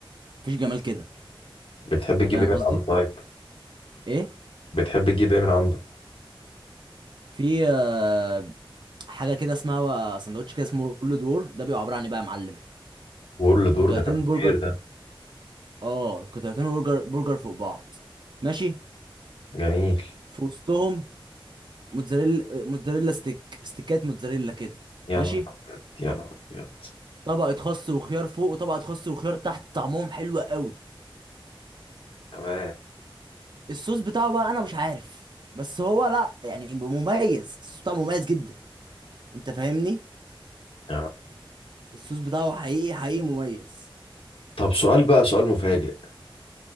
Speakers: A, on the right; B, on the left.
A: مفيش جمال كده
B: بتحب
A: انت
B: تجيب
A: فاهم
B: ايه من
A: قصدي
B: عنده طيب
A: ايه
B: بتحب تجيب ايه من عنده
A: في آه، حاجه كده اسمها سندوتش كده اسمه رول دور ده بيبقى عباره عن ايه بقى يا معلم
B: وورل دور
A: قطعتين
B: ده كان
A: برجر
B: كبير ده
A: اه قطعتين برجر برجر فوق بعض ماشي
B: جميل
A: في وسطهم موتزاريلا موتزاريلا ستيك ستيكات موتزاريلا كده
B: يا
A: ماشي
B: نهار ابيض يا نهار ابيض
A: طبقة خس وخيار فوق وطبقة خس وخيار تحت طعمهم حلو قوي
B: تمام
A: الصوص بتاعه بقى انا مش عارف بس هو لا يعني مميز الصوص بتاعه مميز جدا انت فاهمني
B: يا نهار.
A: الصوص بتاعه حقيقي حقيقي مميز
B: طب سؤال بقى سؤال مفاجئ